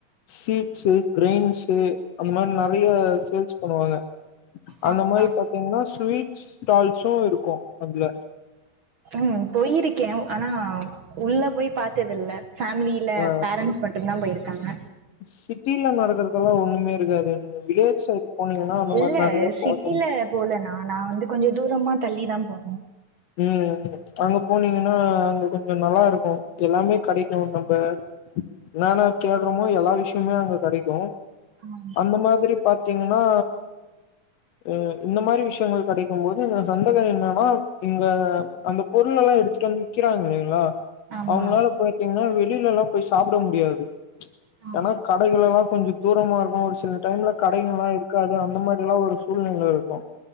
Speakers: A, on the left; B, on the right.
A: சீட்ஸ்ஸு கிரென்ஸு அந்த மாறி நெறைய சேல்ஸ் பண்ணுவாங்க அந்த
B: ஆ
A: மாறி
B: ஆ
A: பாத்தீங்கன்னா ஸ்வீட்ஸ் ஸ்டால்ஸு இருக்கும் அதுல
B: ம் போயிருக்கேன் ஆனா உள்ள போய் பாத்ததில்ல ஃபேமிலில
A: ஆ
B: பேரண்ட்ஸ் மட்டுந்தான் போயிருக்காங்க
A: சிட்டில நடக்கறதெல்லா ஒண்ணுமே இருக்காது நீங்க வில்லேஜ் சைடு போனீங்கன்னா அந்த
B: இல்ல
A: மாறி நெறைய
B: சிட்டில
A: பாக்க முடியு
B: போல நா நா வந்து கொஞ்சோ தூரமா தள்ளி தா போனோ
A: ம் ம் அங்க போனீங்கன்னா அங்க கொஞ்சோ நல்லா இருக்கும் எல்லாமே கிடைக்கு நம்ப என்னென்னா தேடுறோமோ எல்லா விஷயமே அங்க கெடைக்கும்
B: ஆ
A: அந்த மாதிரி பாத்தீங்கன்னா அ இந்த மாறி விஷயங்கள் கெடைக்கும் போது இந்த சந்தக என்னான்னா இங்க அந்த பொருள் எல்லா எடுத்துட்டு வந்து விக்கிறாங்க இல்லைங்களா
B: ஆமா
A: அவங்களால போயி த்தீங்கன்னா வெளில எல்லா போய் சாப்பிட முடியாது
B: ஆ
A: ஏன்னா கடைகள் எல்லா கொஞ்ச தூரமா இருக்கும் ஒரு சில டைம்ல கடைகள்லா இருக்காது அந்த மாறி எல்லா ஒரு சூழ்நிலைகள் இருக்கும்